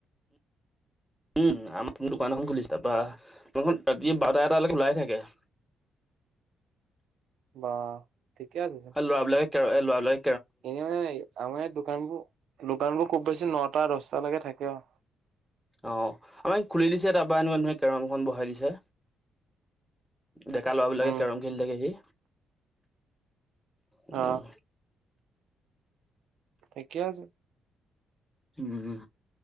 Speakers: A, in the centre; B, on the right.
A: উম। আমাৰ মোৰ দোকান এখন খুলিছে তাৰপা দোকানখন ৰাতি বাৰটা এটালৈকে খোলাই থাকে। <inaudible>
B: বাহ ঠিকে আছে চোন
A: আৰু ল'ৰাবিলাকে কে এই লৰালৈ
B: ইহ হে মানে আমাৰ‌ ইয়াত দো দোকানবোৰ দোকানবোৰ খুব বেছি নটা দশটা লৈকে থাকে আৰু।
A: অ আমাক খুলি দিছে তাৰপা এনে মানে কেৰমখন বহাই দিছে। ডেকা ল'ৰা বিলাকে
B: উম,
A: কেৰম খেলি থাকেহি। উম।
B: অহ ঠিকেই আছে।
A: উম।